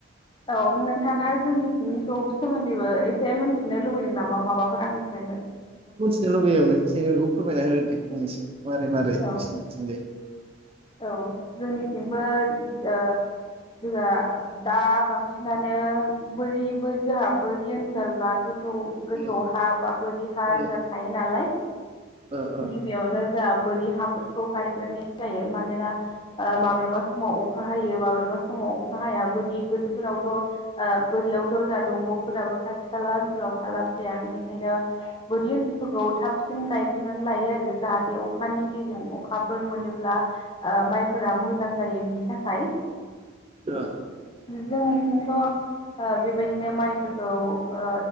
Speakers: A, on the left; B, on the right.
A: औ नोंथाङा जोंनि थिंनिखौ सोमोन्दैबो एसे मिन्थिनो लुबैदों नामा माबा फोर आंनिफ्रायबो?
B: लुुबैयो नोंसिनिखौ फोरमायना होदो दे फंनैसो। मारै मारै
A: औ-औ
B: नोंसिनिथिंजाय
A: जोंनिथिंबो ओ जोंहा दा बांसिनानो बोरि बो जोंहा बोरि ओनसोल बा गोथौ गोथौ गोथौ
B: ओ
A: हा बा बोरि हा
B: ओ
A: जोंहा थायो नालाय
B: ओ ओ
A: गिबियावनो जा बोरि हाफोरखौ गायग्रोनाय जायो मानोना ओ माब्लाबा समाव अखा हायो माब्लाबा समाव अखा हाया बोरि बोथोरफोरावथ' ओ बोरियावथ' जा दंग'फोराबो खाथि खाला ओनसोलाव था ला बाया बेनिखायनो बोरि ओनसोलफोरखौ थाबसिन गायग्रोनानै लायो आरो जाहाथे अखानि दैजों अखाफोर मोनोब्ला माइफोरा मोजां जायो बिनि थाखाय <inaudible>
B: ओ
A: जोंनिथिंथ' बेबायदिनो माइफोरखौ ओ